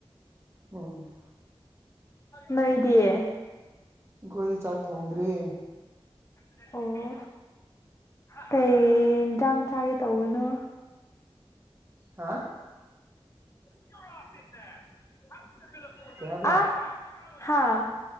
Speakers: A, on the right; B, on the left.
A: ꯎꯝ
B: ꯅꯣꯏꯗꯤꯌꯦ
A: ꯑꯩꯈꯣꯏ ꯆꯥꯛ ꯊꯣꯡꯗ꯭ꯔꯤ
B: ꯑꯣ ꯀꯩ ꯏꯟꯁꯥꯡ ꯆꯥꯒꯦ ꯇꯧꯕꯅꯣ
A: ꯍꯥꯥ
B: <inaudible>
A: ꯀꯩ ꯍꯥꯢꯕ꯭ꯔꯥ
B: ꯑ ꯍꯥꯥ